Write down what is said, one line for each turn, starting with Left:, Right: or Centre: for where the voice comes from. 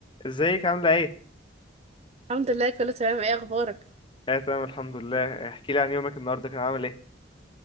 Left: ازيك عاملة ايه؟
Right: الحمد لله كله تمام ايه اخبارك
Left: اه تمام الحمد لله احكي لي عن يومك النهاردة كان عامل ايه؟